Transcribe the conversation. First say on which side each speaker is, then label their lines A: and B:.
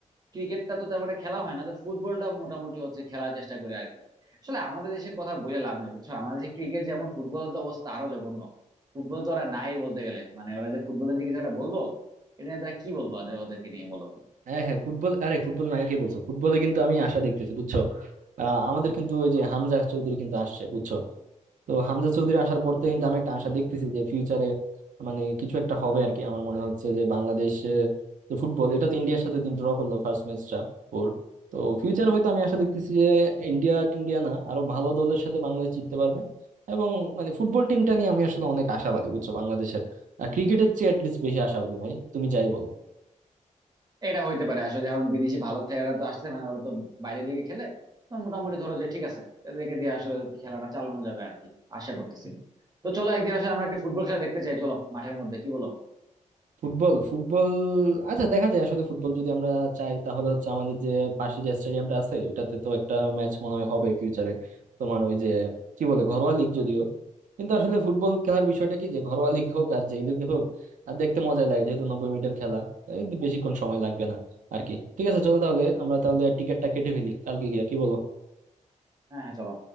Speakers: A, on the right; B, on the right.
A: ক্রিকেটটা তো তেমন একটা খেলা হয় না তো ফুটবলটা মোটামুটি হচ্ছে খেলার চেষ্টা করে আর কি আসলে আমাদের দেশের কথা বলে লাভ নাই বুঝছো আমাদের দেশে ক্রিকেট যেমন ফুটবলের তো অবস্থা আরো জঘন্য ফুটবল তো ওরা নাই বলতে গেলে মানে ওরা যে ফুটবলের যে কিছু একটা বলবো এটা নিয়ে তারা কি বলবো ওদের ওদেরকে নিয়ে বলো
B: হ্যাঁ হ্যাঁ ফুটবল আরে ফুটবল নাই কে বলছো ফুটবলে কিন্তু আমি আশা দেখতেছি বুঝছো আহ আমাদের কিন্তু ওই যে হামজা চৌধুরী কিন্তু আসছে বুঝছো তো হামজা চৌধুরী আসার পর থেকে কিন্তু আমি একটা আশা দেখতেছি যে ফিউচারে মানে কিছু একটা হবে আর কি আমার মনে হচ্ছে যে বাংলাদেশে যে ফুটবল এটা তো ইন্ডিয়ার সাথে দিন ড্র করলো ফার্স্ট ম্যাচটা ওর তো ফিউচারে হয়তো আমি আশা দেখতেছি যে ইন্ডিয়া টিন্ডিয়া না আরো ভালো দলের সাথে বাংলাদেশ জিততে পারবে এবং মানে ফুটবল টিমটা নিয়ে আমি আসলে অনেক আশাবাদী বুঝছো বাংলাদেশের ক্রিকেটের চেয়ে অ্যাটলিস্ট বেশি আশাবাদী ভাই তুমি যাই বলো
A: এটা হইতে পারে আসলে যখন বিদেশি ভালো খেলোয়াড়রা তো আসছে মানে ওরা তো বাইরে লিগে খেলে তো মোটামুটি ধরো যে ঠিক আছে এদেরকে দিয়ে আসলে খেলাটা চালানো যাবে আর কি আশা করতেছি তো চলো একদিন আসলে আমরা একটা ফুটবল খেলা দেখতে চাই চলো মাঠের মধ্যে কি বলো
B: ফুটবল ফুটবল আচ্ছা দেখা যায় আসলে ফুটবল যদি আমরা চাই তাহলে হচ্ছে আমাদের যে পাশে যে স্টেডিয়ামটা আছে এটাতে তো একটা ম্যাচ মনে হয় হবে ফিউচারে তোমার ওই যে কি বলে ঘরোয়া লিগ যদিও কিন্তু আসলে ফুটবল খেলার বিষয়টা কি যে ঘরোয়া লিগ হোক আর যেই লিগ হোক আর দেখতে মজা লাগে যেহেতু নব্বই মিনিটের খেলা এই বেশিক্ষণ সময় লাগবে না আর কি ঠিক আছে চলো তাহলে আমরা তাহলে টিকিটটা কেটে ফেলি কালকে গিয়া কি বলো
A: হ্যাঁ হ্যাঁ চলো